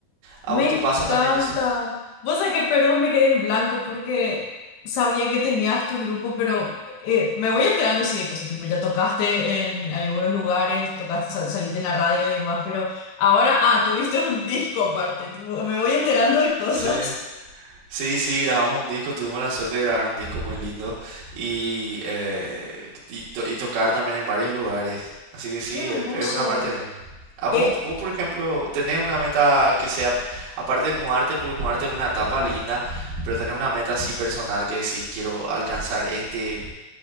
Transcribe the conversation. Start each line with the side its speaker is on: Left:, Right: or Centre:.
Right: ¿A
Left: me
Right: vos te
Left: encanta.
Right: pasa también eso?
Left: Vos sabés que, perdón, me quedé en blanco porque sabía que tenías tu grupo, pero eh, me voy enterando así de cosas, tipo, ya tocaste en algunos lugares, tocaste, sal- saliste en la radio y demás, pero ahora, ah, tuviste un disco aparte, tipo, me voy enterando de cosas.
Right: Sí. Sí, sí, grabamos un disco, tuvimos la suerte de grabar un disco muy lindo y, eh, y, to- y tocar también en varios lugares. Así que sí,
Left: Qué hermoso.
Right: es, es una parte linda. ¿A vos,
Left: Eh,
Right: vos, por ejemplo, tenés una meta que sea, aparte de mudarte, porque mudarte es una etapa linda, pero tenés una meta así personal que decís, quiero alcanzar este,